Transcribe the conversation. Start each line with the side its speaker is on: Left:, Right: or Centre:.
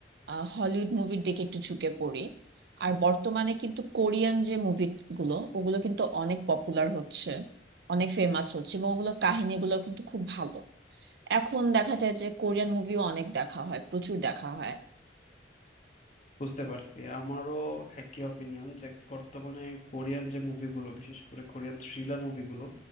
Right: আহ, হলিউড মুভির দিকে একটু ঝুঁকে পড়ি আর বর্তমানে কিন্তু কোরিয়ান যে মুভিগুলো ওগুলো কিন্তু অনেক পপুলার হচ্ছে অনেক ফেমাস হচ্ছে এবং ওগুলোর কাহিনীগুলো কিন্তু খুব ভালো এখন দেখা যায় যে কোরিয়ান মুভিও অনেক দেখা হয় প্রচুর দেখা হয়
Left: বুঝতে পারছি আমারও একই অপিনিয়ন যে বর্তমানে কোরিয়ান যে মুভিগুলো বিশেষ করে কোরিয়ান থ্রিলার মুভিগুলো